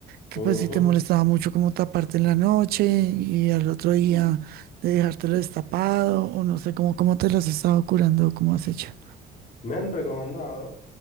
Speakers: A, on the right; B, on the left.
A: que
B: Ujú.
A: pues si te molestaba mucho como taparte en la noche y al otro día de dejártelo destapado o no sé cómo, cómo te lo has estado curando, cómo has hecho?
B: Me han recomendado,